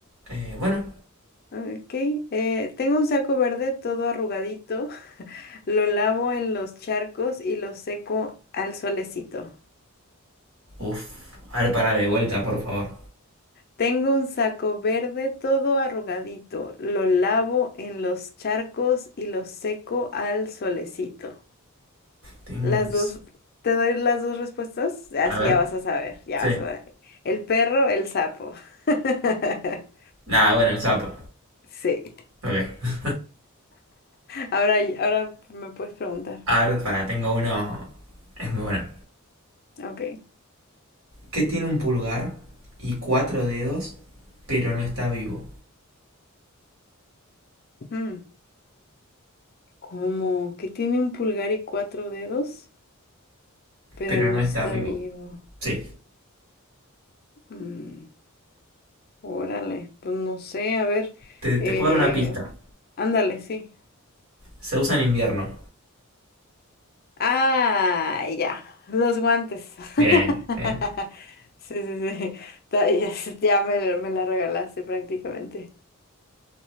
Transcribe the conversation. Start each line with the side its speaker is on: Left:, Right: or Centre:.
Right: Eh, bueno.
Left: Ok, eh, tengo un saco verde todo arrugadito, <laughs> lo lavo en los charcos y lo seco al solecito.
Right: Uf. A ver, para de vuelta, por favor.
Left: Tengo un saco verde todo arrugadito, lo lavo en los charcos y lo seco al solecito.
Right: Tengo
Left: Las
Right: un... s-
Left: dos, te doy las dos respuestas, así
Right: A ver.
Left: ya vas a saber, ya
Right: Sí.
Left: vas a ver. El perro, el sapo. <laughs>
Right: Nah, bueno, el sapo.
Left: Sí.
Right: Ok.
Left: Ahora, ahora me puedes preguntar.
Right: <laughs> A ver, para, tengo uno... Es muy bueno.
Left: Ok.
Right: que tiene un pulgar y cuatro dedos, pero no está vivo.
Left: Mm. ¿Cómo? ¿Que tiene un pulgar y cuatro dedos? Pero
Right: Pero
Left: no
Right: no
Left: está
Right: está vivo.
Left: vivo.
Right: Sí.
Left: Mm, órale, pues no sé, a ver.
Right: Te, te
Left: eh,
Right: puedo dar una pista.
Left: ándale, sí.
Right: Se usa en invierno.
Left: Ah, ya, los guantes.
Right: Bien,
Left: <laughs>
Right: bien.
Left: Sí, sí, sí. ta- Ya, <laughs> ya me, me la regalaste prácticamente.